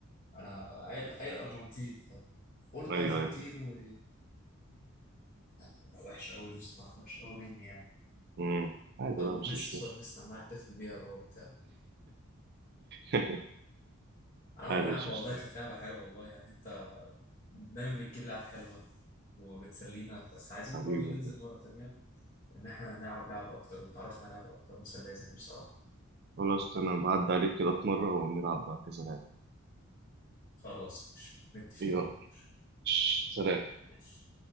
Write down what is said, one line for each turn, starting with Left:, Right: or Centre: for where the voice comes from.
Left: أنا قايل قايل أرجنتين قلت
Right: ايوه
Left: أرجنتين
Right: ايوه
Left: و لا، وحشة أوي دي بصراحة وحشة أوي مني يعني
Right: امم عادي
Left: طب
Right: بقى
Left: وميسي
Right: مش مشكلة
Left: صور ميسي عمال احتفل بيها بقى وبتاع
Right: <laughs>
Left: على العموم
Right: عادي
Left: يا
Right: مش
Left: عم والله
Right: مشكلة
Left: كانت لعبة حلوة والله يعني أنت دايما بتجيب لعب حلوة وبتسلينا بس عايزين
Right: حبيبي
Left: برضو ننزل مرة تانية إن إحنا نلعب لعب أكتر وتعرفنا على لعب أكتر مسلية زي دي بصراحة
Right: خلاص انا بعدي عليك كده في مرة ونلعب بقى كذا لعبة
Left: خلاص ماشي متفقين
Right: يلا
Left: يا كبير
Right: سلام
Left: ماشي